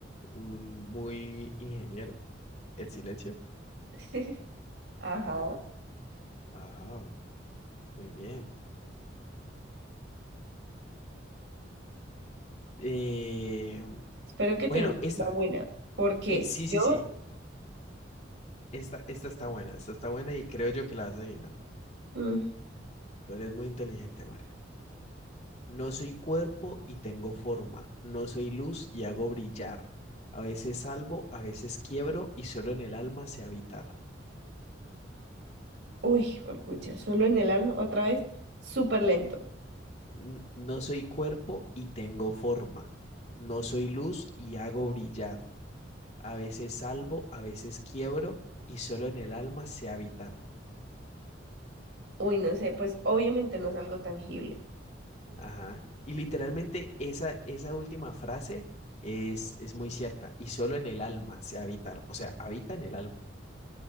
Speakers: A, on the left; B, on the right.
A: un muy ingeniero. El silencio.
B: <laughs>
A: <laughs>
B: ajá.
A: Wow, muy bien. Eh,
B: Espero que tengas
A: bueno, esta.
B: una buena, porque
A: Eh, sí,
B: yo,
A: sí, sí. Esta, esta está buena. Esta está buena y creo yo que la vas a adivinar.
B: mm,
A: Tú eres muy inteligente, María. No soy cuerpo y tengo forma. No soy luz y hago brillar. A veces salvo, a veces quiebro y solo en el alma sé habitar.
B: uy, pucha, solo en el alma, otra vez, súper lento.
A: N- No soy cuerpo y tengo forma. No soy luz y hago brillar. A veces salvo, a veces quiebro y solo en el alma sé habitar.
B: Uy, no sé, pues obviamente no es algo tangible,
A: Ajá. Y literalmente esa, esa última frase es, es muy cierta. Y solo en el alma se habita. O sea, habita en el alma.